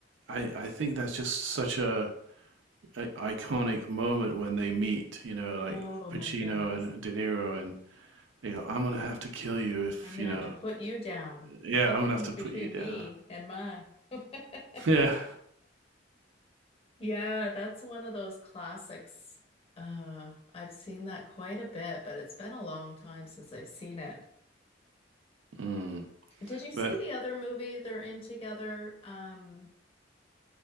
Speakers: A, on the right; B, on the left.
A: I I think that's just such a, a iconic moment when they meet. You know, like
B: Oh
A: Pacino
B: my goodness.
A: and De Niro, and you know, I'm gonna have to kill you if
B: I'm gonna
A: you know.
B: have to put you down
A: Yeah,
B: if it
A: I'm gonna
B: comes
A: have to
B: between
A: put you down.
B: me and mine. <laughs>
A: <laughs> Yeah.
B: Yeah, that's one of those classics. Uh, I've seen that quite a bit, but it's been a long time since I've seen it.
A: Mm.
B: Did you see
A: But
B: the other movie they're in together? Um,